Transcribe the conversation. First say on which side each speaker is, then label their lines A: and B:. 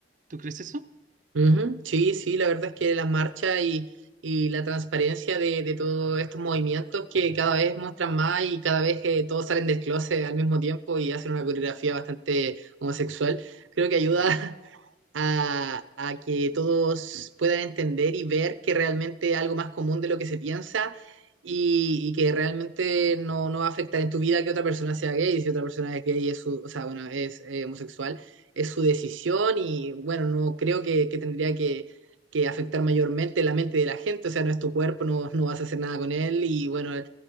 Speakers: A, on the right; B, on the right.
A: ¿Tú crees eso?
B: Ujú, Sí, sí, la verdad es que las marchas y, y la transparencia de, de todos estos movimientos que cada vez muestran más y cada vez que todos salen del closet al mismo tiempo y hacen una coreografía bastante homosexual, creo que ayuda a, a que todos puedan entender y ver que realmente es algo más común de lo que se piensa y, y que realmente no, no va a afectar en tu vida que otra persona sea gay. Si otra persona es gay, es su- o sea, bueno, es eh, homosexual, es su decisión y bueno, no creo que, que tendría que, que afectar mayormente la mente de la gente, o sea, no es tu cuerpo, no, no vas a hacer nada con él y bueno,